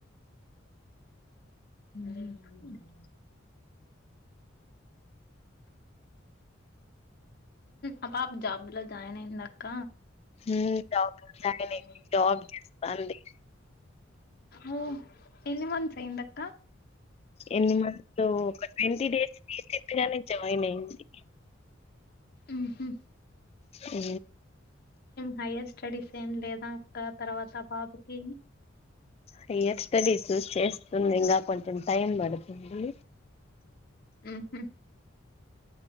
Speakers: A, on the left; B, on the left.
A: ఉ ఆ పాప జాబ్లో జాయిన్ అయిందక్క
B: ఉమ్ జాబ్ లో
A: డౌన్
B: జాయిన్ అయింది జాబ్ చేస్తాంది
A: ఓ ఎన్ని మంత్సార్ అయ్యింది అక్క
B: ఎన్ని మంతు ఒక ట్వంటీ డేస్ <unintelligible> జాయిన్ అయింది
A: ఉ హు
B: ఉ
A: హైయర్ స్టడీస్ ఏం లేద అక్క తర్వాత ఆ పాప కి
B: హై్యర్ స్టడీస్ చేస్తుంది ఇంగ కొంచం టైమ్ పడుతుంది
A: ఉ హు